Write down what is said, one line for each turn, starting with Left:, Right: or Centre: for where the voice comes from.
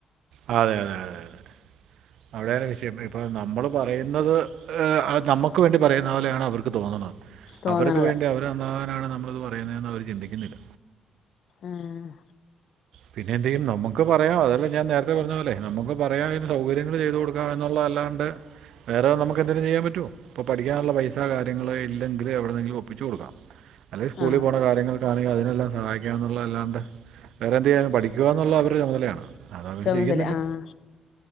Right: ആഹ് അതെ അതെ അതെ അതെ അവിടെയാണ് വിഷയം വരു നമ്മള് പറയുന്നത് നമുക്ക് വേണ്ടി പറയുന്ന പോലെയാണ് അവർ ക്ക് തോന്നണെ
Left: തോന്നണത്
Right: അവർക്ക് വേണ്ടി അവര് നന്നാകാനാണ് നമ്മളത് പറയുന്നെന്ന് അവര് ചിന്തിക്കുന്നില്ല
Left: ആഹ്
Right: പിന്നെന്ത് ചെയ്യും നമുക്ക് പറയാ അതല്ല ഞാൻ നേരത്തെ പറഞ്ഞ പോലെ നമുക്ക് പറയാം അതിന് സൗകര്യങ്ങള് ചെയ്ത് കൊട് എന്നുള്ളതല്ലാണ്ട് വേറെ നമുക്ക് എന്തേലും ചെയ്യാൻ പറ്റൊ ഇപ്പ പഠിക്കാനുള്ള പൈസ കാര്യങ്ങള് ഇല്ലെങ്കിലും എവിടെന്നെങ്കിലും ഒപ്പിച്ചു കൊടുക്കം അല്ലെൽ സ്കൂളിൽ
Left: ആ
Right: പോണ കാര്യങ്ങൾക്കാണെങ്കിൽ അതിനെല്ലാം സഹായിക്കാം എന്നുള്ളതല്ലാണ്ട് വേറെ എന്ത് ചെയ്യാന പഠിക്കുകന്നുള്ളത് അവരുടെ ചുമതലയാണ് അത് അവർ
Left: ചുമതല
Right: ചെയ്യുന്നില്ല
Left: ആഹ്